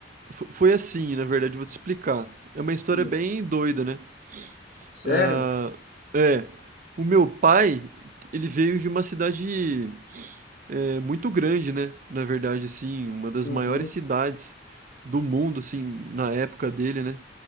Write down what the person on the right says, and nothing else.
Fo- Foi assim, na verdade, vou te explicar. É uma história
bem doida, né?
Ah, é, o meu pai, ele veio de uma cidade é, muito grande, né? Na verdade, assim, uma das
maiores cidades do mundo, assim, na época dele, né?